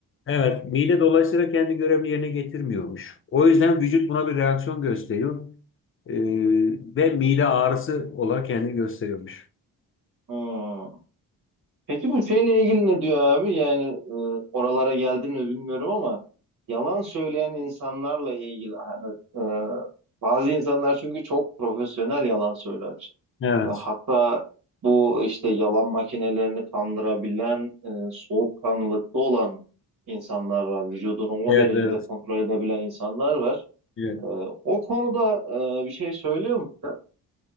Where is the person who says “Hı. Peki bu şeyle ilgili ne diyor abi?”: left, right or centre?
Right